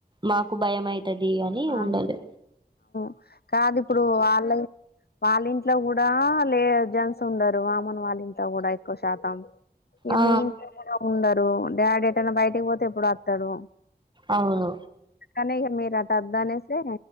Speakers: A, on the right; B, on the left.
A: మాకు భయం అయితు అది అని
B: ఆ!
A: ఉండాలి
B: <inaudible> కాదు ఇప్పుడు వాళ్ళ వాళ్ళింట్లో కూడా లే జన్స్ ఉండరు వామన్ వాళ్ళ ఇంట్ల కూడా ఎక్కువ శాతం ఇగ
A: ఆ
B: మీ ఇంట్లో కూడా ఉండరు ఓ డాడీ ఎటన్నా బయటికి పోతే ఎప్పుడో అత్తడు
A: అవును
B: కనీగా మీరా దు అనేసి